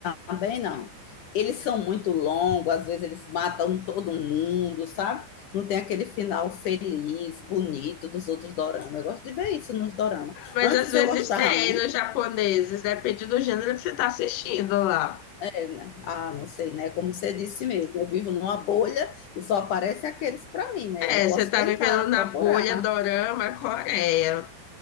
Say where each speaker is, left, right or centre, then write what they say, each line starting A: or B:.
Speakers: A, on the left (about 70°); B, on the left (about 85°).
A: Também não. Eles são muito longos, às vezes eles matam todo mundo, sabe? Não tem aquele final feliz, bonito dos outros doramas. Eu gosto de ver isso nos doramas.
B: Mas
A: Antes
B: às vezes
A: eu gostava
B: tem
A: muito,
B: nos japoneses, depende do gênero que você está assistindo lá.
A: é, né? Ah, não sei, né? Como você disse mesmo, eu vivo numa bolha e só aparecem aqueles para mim, né?
B: É,
A: Eu posso
B: você tá
A: tentar
B: vivendo na
A: procurar.
B: bolha dorama Coreia.